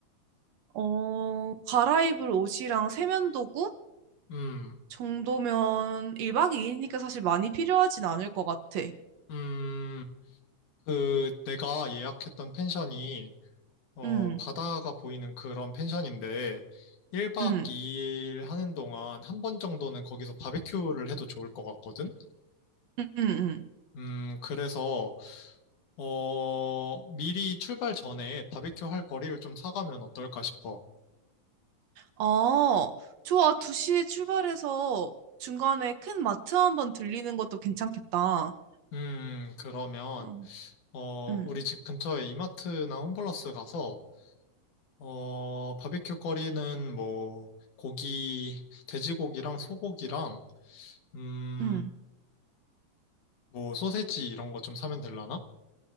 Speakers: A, on the right; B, on the left.
A: 어, 갈아입을 옷이랑 세면도구
B: 음,
A: 정도면 1박 2일이니까 사실 많이 필요하진 않을 것 같아.
B: 음. 그 내가 예약했던 펜션이 어
A: 응,
B: 바다가 보이는 그런 펜션인데 1박
A: 응,
B: 2일 하는 동안 한 번 정도는 거기서 바베큐를 해도 좋을 것 같거든.
A: 응, 응, 응.
B: 음 그래서 어 미리 출발 전에 바베큐 할 거리를 좀 사가면 어떨까 싶어.
A: 아, 좋아. 2시에 출발해서 중간에 큰 마트 한번 들리는 것도 괜찮겠다.
B: 음 그러면
A: 어,
B: 어
A: 응,
B: 우리 집 근처에 이마트나 홈플러스 가서 어 바베큐 거리는 뭐 고기 돼지고기랑 소고기랑 음,
A: 응.
B: 뭐 소세지 이런 거 좀 사면 되려나?